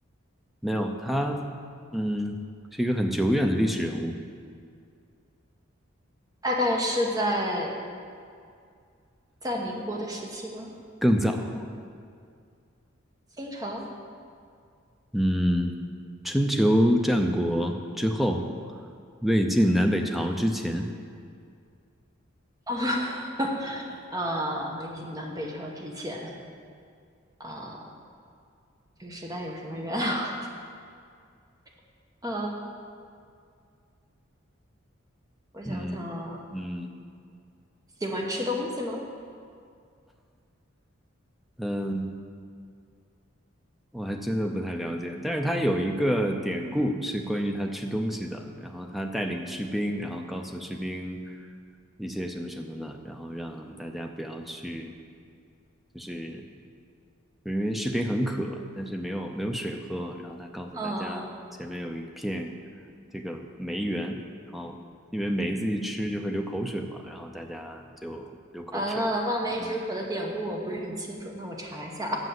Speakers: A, in the centre; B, on the right (about 15°).
A: 没有，他嗯是一个很久远的历史人物，
B: 大概是在在民国的时期吗？
A: 更早，
B: 清朝？
A: 嗯，春秋战国之后，魏晋南北朝之前，
B: 哦，<laughs> 啊，魏晋南北朝之前，啊，这个时代有什么人啊？<laughs> 呃，我想想啊，
A: 嗯嗯
B: 喜欢吃东西吗？
A: 嗯。我还真的不太了解，但是他有一个典故是关于他吃东西的，然后他带领士兵，然后告诉士兵一些什么什么的，然后让大家不要去，就是因为士兵很渴，但是没有没有水喝，然后他告诉大家前面有一片
B: 嗯、
A: 这个梅园，然后因为梅子一吃就会流口水嘛，然后大家就流口水，
B: 完了，望梅止渴的典故我不是很清楚，
A: 嗯，
B: 那我查一下。